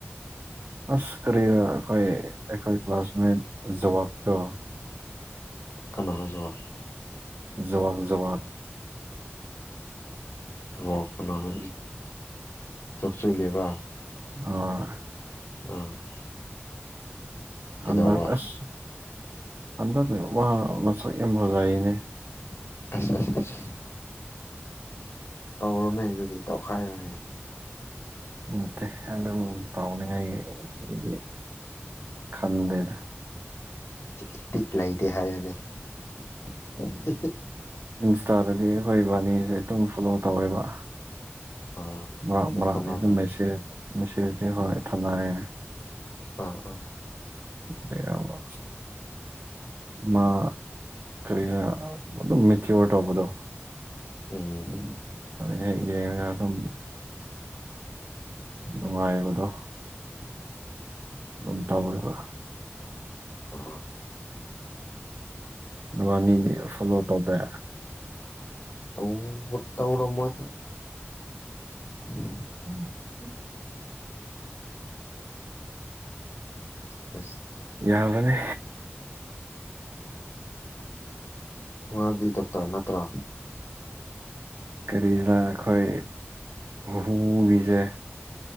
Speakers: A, on the right; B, on the left.
A: ꯑꯁ ꯀꯔꯤ ꯑꯩꯈꯣꯏ ꯑꯩꯈꯣꯏ ꯀ꯭ꯂꯥꯁꯃꯦꯠ ꯋꯥꯥꯛꯗꯣ
B: ꯀꯅꯥ ꯍꯥꯏꯖꯣꯋꯥ
A: ꯖꯣꯋꯥꯥꯛ ꯖꯣꯋꯥꯛ
B: ꯖꯋꯥꯛ ꯀꯅꯥꯅꯣ ꯆꯣꯛꯆꯜꯂꯤꯕ꯭ꯔꯥ
A: ꯑꯥ
B: ꯑ ꯀꯩꯗꯧꯕ
A: ꯍꯟꯗꯛ ꯑꯁ ꯍꯟꯗꯛꯅ ꯋꯥ ꯃꯛ ꯌꯥꯝ ꯐꯖꯩꯅꯦ
B: ꯑꯁ ꯑꯁ ꯑꯁ ꯑ ꯇꯧꯔꯨꯅꯦ ꯑꯗꯨꯗꯤ ꯇꯧꯈꯥꯏꯔꯨꯅꯦ
A: ꯎꯠꯇꯦ ꯑꯗꯨꯝ ꯇꯧꯅꯤꯡꯉꯥꯏꯗꯤ ꯈꯟꯗꯦꯗ
B: ꯏꯄꯤꯛ ꯂꯩꯇꯦ ꯍꯥꯏꯌꯨꯅꯦ <unintelligible>
A: ꯏꯟꯁꯇꯥꯗꯗꯤ ꯑꯩꯈꯣꯏꯕꯥꯅꯤꯁꯦ ꯑꯗꯨꯝ ꯐꯣꯂꯣ ꯇꯧꯋꯦꯕ
B: ꯑꯥ
A: ꯃꯔꯛ
B: ꯃꯦꯁꯦꯁ
A: ꯃꯔꯛ
B: ꯊꯥꯅꯕ꯭ꯔꯥ
A: ꯑꯗꯨꯝ ꯃꯦꯁꯦꯟ ꯃꯦꯁꯦꯟ ꯊꯅꯥꯏ
B: ꯑꯥ ꯑꯥ
A: ꯃꯩꯔꯕ ꯃꯥ ꯀꯔꯤꯅ ꯑꯗꯨꯝ ꯃꯦꯇꯤꯋꯥꯔ ꯇꯧꯕꯗꯣ
B: ꯎꯝ
A: ꯌꯥꯏꯌꯦ ꯌꯦꯡꯉꯒ ꯑꯗꯨꯝ ꯅꯨꯡꯉꯥꯏꯕꯗꯣ ꯑꯗꯨꯝ ꯇꯧꯔꯤꯕ
B: ꯑ
A: ꯅꯕꯥꯅꯤꯗꯤ ꯐꯣꯂꯣ ꯇꯧꯗꯦ
B: ꯇꯧꯕꯨ ꯇꯧꯔꯝꯃꯣꯏ <unintelligible>
A: ꯎꯝ ꯎꯝ
B: <unintelligible>
A: ꯌꯥꯕꯅꯦ
B: ꯃꯥꯗꯤ ꯗꯣꯛꯇꯔ ꯅꯠꯇ꯭ꯔꯣ
A: ꯀꯔꯤꯔ ꯑꯩꯈꯣꯏ ꯍꯨꯒꯤꯁꯦ